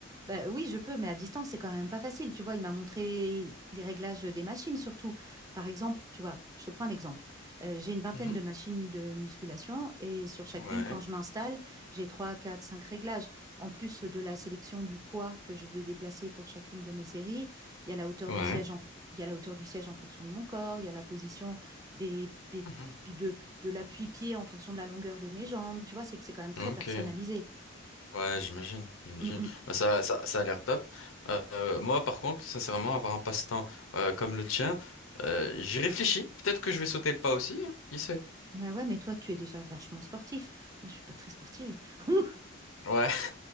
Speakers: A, on the right; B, on the left.
A: Bah oui, je peux, mais à distance, c'est quand même pas facile. Tu vois, il m'a montré les réglages des machines surtout. Par exemple, tu vois, je te prends un exemple. Euh, j'ai une vingtaine
B: Mhm.
A: de machines de musculation et sur chacune,
B: Ouais,
A: quand je m'installe, j'ai 3, 4, 5 réglages. En plus de la sélection du poids que je vais déplacer pour chacune de mes séries, il y a la hauteur
B: ouais.
A: du siège en, fo- il y a la hauteur du siège en fonction de mon corps, il y a la position des, des-
B: Mhm.
A: de, de- de l'appui-pied en fonction de la longueur de mes jambes. Tu vois, c'est que c'est quand même très
B: Ok.
A: personnalisé.
B: Ouais, j'imagine, j'imagine.
A: Mm, mm.
B: Bah, ça, ça, ça a l'air top. Euh, euh, moi, par contre, sincèrement, avoir un passe-temps euh, comme le tien, euh, j'y réfléchis. Peut-être que je vais sauter le pas aussi, hein, qui sait.
A: Bah ouais, mais toi, tu es déjà vachement sportif. Moi, je suis pas très sportive. <laughs>
B: Ouais.